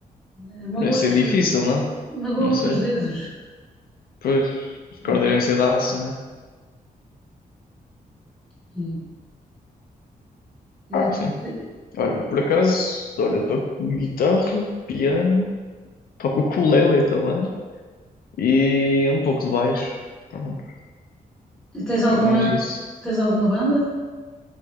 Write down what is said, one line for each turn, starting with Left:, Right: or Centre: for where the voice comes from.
Centre: eh, Magoa
Left: Deve ser
Centre: imenso,
Left: difícil, não?
Centre: magoa
Left: Não
Centre: muito
Left: sei.
Centre: os dedos.
Left: Pois, as cordas
Centre: Mas, eh,
Left: devem ser de aço, não é?
Centre: E,
Left: Ah,
Centre: e
Left: sim.
Centre: tu te-
Left: Olha, por acaso, olha, eu toco guitarra, piano, toco ukulele também. e um pouco de baixo. Pronto,
Centre: e tens
Left: porque
Centre: alguma,
Left: é mais isso.
Centre: tens alguma banda?